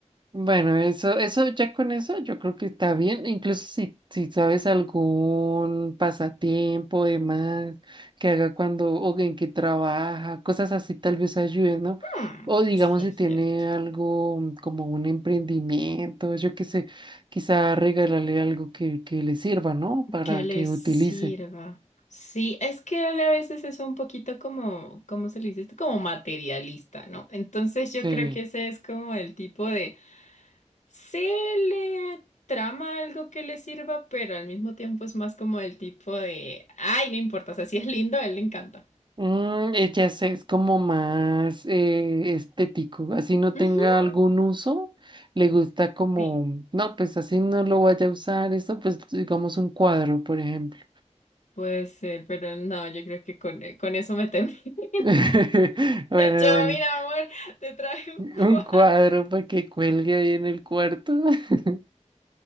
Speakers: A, on the right; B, on the left.
A: Bueno, eso, eso ya con eso yo creo que está bien, incluso si, si sabes algún pasatiempo, demás, que haga cuando, o en que trabaja, cosas así tal vez ayuden, ¿no?
B: Mm,
A: O digamos
B: sí,
A: si
B: es
A: tiene
B: cierto.
A: algo mm, como un emprendimiento, yo qué sé, quizá regalarle algo que, que le sirva, ¿no? Para
B: Que le
A: que
B: sirva.
A: utilice.
B: Sí, es que él a veces es un poquito como, ¿cómo se le dice esto? Como materialista, ¿no? Entonces yo
A: Sí.
B: creo que ese es como el tipo de Se le trama algo que le sirva, pero al mismo tiempo es más como el tipo de, ay, no importa, o sea, si es lindo, a él le encanta.
A: Mm, eh, ya sé, es como más eh, estético, así no
B: Ujú.
A: tenga algún uso, le gusta como,
B: Sí,
A: no, pues así no lo vaya a usar, esto pues digamos un cuadro, por ejemplo.
B: puede ser, pero no, yo creo que con, con eso me temo. <laughs>
A: <laughs> Bueno,
B: Yo,
A: bueno,
B: mira, amor, te traje un
A: un
B: <laughs> cuadro.
A: cuadro para que cuelgue ahí en el cuarto. <laughs>